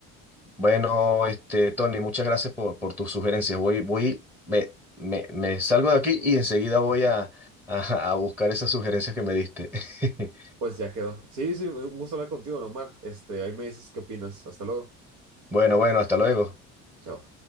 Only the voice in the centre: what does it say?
Bueno, este, Tony, muchas gracias por, por tus sugerencias. Voy, voy, me, me, me salgo de aquí y enseguida voy a, <laughs> a, a buscar esas sugerencias que me diste. <laughs>
Bueno, bueno, hasta luego.